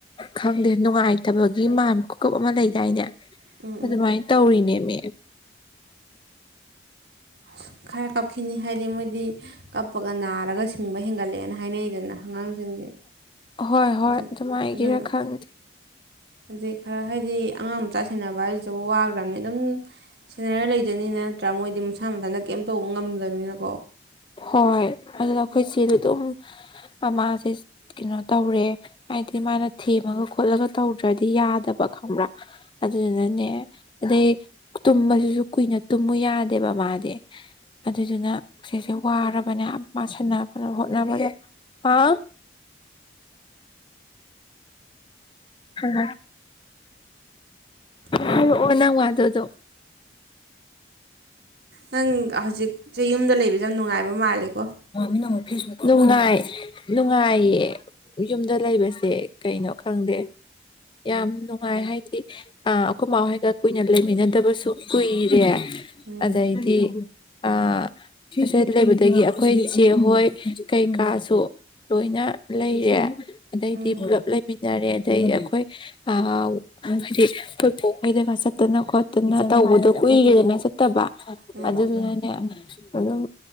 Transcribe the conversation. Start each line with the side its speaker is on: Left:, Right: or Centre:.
Left: ꯈꯪꯗꯦ ꯅꯨꯡꯉꯥꯏꯇꯕꯒꯤ ꯃꯥꯟꯕ ꯈꯨꯀꯞ ꯑꯃ ꯂꯩꯗꯥꯏꯅꯦ
Right: ꯎꯝ
Left: ꯑꯗꯨꯃꯥꯏ
Right: ꯎꯝ
Left: ꯇꯧꯔꯤꯅꯦꯃꯤ <unintelligible>
Right: ꯑꯁ ꯈꯔ ꯀꯞꯈꯤꯅꯤ ꯍꯥꯏꯗꯤ ꯃꯣꯏꯗꯤ ꯀꯞꯄꯒ ꯅꯥꯔꯒ ꯁꯤꯡꯕ ꯍꯦꯟꯒꯠꯂꯑꯦꯅ ꯍꯥꯏꯅꯩꯗꯅ ꯑꯉꯥꯡꯁꯤꯡꯗꯤ
Left: ꯍꯣꯏ ꯍꯣꯏ
Right: ꯑꯗꯨ
Left: ꯑꯗꯨꯝꯃꯥꯏꯒꯤꯔꯥ
Right: ꯑꯗꯨꯅ
Left: ꯈꯪꯗꯦ
Right: ꯑꯗꯩ ꯈꯔ ꯍꯥꯏꯗꯤ ꯑꯉꯥꯡ ꯃꯆꯥ ꯁꯦꯟꯅꯕ ꯍꯥꯏꯁꯤꯗꯕꯨ ꯋꯥꯈ꯭ꯔꯕꯅꯤ ꯑꯗꯨꯝ ꯁꯦꯟꯅꯔ ꯂꯩꯗꯣꯏꯅꯤ ꯅꯠꯇ꯭ꯔꯥ ꯃꯣꯏꯗꯤ ꯃꯁꯥ ꯃꯊꯟꯗ ꯀꯩꯝ ꯇꯧꯕ ꯉꯝꯗꯕꯅꯤꯅꯀꯣ
Left: ꯍꯣꯏ ꯍꯣꯏ ꯑꯗꯨꯅ ꯑꯩꯈꯣꯏ ꯆꯦꯗꯣ ꯑꯗꯨꯝ ꯃꯃꯥꯖꯦ ꯀꯩꯅꯣ ꯇꯧꯔꯦ ꯍꯥꯏꯗꯤ ꯃꯥꯅ ꯊꯦꯝꯃꯒ ꯈꯣꯠꯂꯒ ꯇꯧꯗ꯭ꯔꯗꯤ ꯌꯥꯗꯕ ꯈꯪꯕ꯭ꯔꯥ ꯑꯗꯨꯗꯨꯅꯅꯦ ꯑꯗꯩ ꯇꯨꯝꯕꯁꯤꯁꯨ ꯀꯨꯏꯅ ꯇꯨꯝꯃꯨ ꯌꯥꯗꯦꯕ ꯃꯥꯗꯤ ꯑꯗꯨꯗꯨꯅ ꯆꯦꯁꯦ ꯋꯥꯔꯕꯅꯦ ꯍꯥꯏꯕ ꯃꯥ ꯁꯦꯟꯅ ꯍꯣꯠꯅꯕꯗ ꯑꯥ ꯍꯪ ꯍ
Right: ꯍꯜ
Left: ꯍꯥꯏꯔꯣ ꯍꯥꯏꯔꯛꯑꯣ ꯅꯪ ꯋꯥꯗꯣ ꯑꯗꯨꯝ
Right: ꯅꯪ ꯍꯧꯖꯤꯛ ꯆꯦ ꯌꯨꯝꯗ ꯂꯩꯕꯖꯦ ꯌꯥꯝ ꯅꯨꯡꯉꯥꯏꯕ ꯃꯥꯜꯂꯦ ꯀꯣ
Left: ꯅꯪꯃꯨꯛ ꯐꯦꯁꯕꯨꯛ ꯅꯨꯡꯉꯥꯏ ꯅꯨꯡꯉꯥꯏꯌꯦ ꯌꯨꯝꯗ ꯂꯩꯕꯁꯦ ꯀꯩꯅꯣ ꯈꯪꯗꯦ ꯌꯥꯝ ꯅꯨꯡꯉꯥꯏ ꯍꯥꯏꯗꯤ ꯑ ꯑꯈꯣꯏ ꯃꯥꯥ ꯍꯣꯏꯒ ꯀꯨꯏꯅ ꯂꯩꯃꯤꯟꯅꯗꯕꯁꯨ ꯀꯨꯏꯔꯦ
Right: ꯎꯝ
Left: ꯑꯗꯩꯗꯤ ꯑꯥ ꯐ꯭ꯌꯨꯁꯦ ꯑꯗꯨ ꯂꯩꯕꯗꯒꯤ ꯑꯩꯈꯣꯏ ꯆꯦꯍꯣꯏ ꯀꯩ ꯀꯥꯁꯨ ꯂꯣꯏꯅ ꯂꯩꯔꯦ ꯑꯗꯩꯗꯤ
Right: ꯎꯝ
Left: ꯄꯨꯂꯞ ꯂꯩꯃꯤꯟꯅꯔꯦ ꯑꯗꯩꯗꯤ ꯑꯩꯈꯣꯏ ꯑꯥ ꯍꯥꯏꯗꯤ ꯑꯩꯈꯣꯏꯄꯣꯛ ꯍꯣꯏꯗꯒ ꯆꯠꯇꯅ ꯈꯣꯠꯇꯅ ꯇꯧꯕꯗꯣ ꯀꯨꯏꯔꯦꯗꯅ ꯆꯠꯇꯕ
Right: ꯎꯝ
Left: ꯑꯗꯨꯗꯨꯅꯅꯦ ꯑꯗꯣ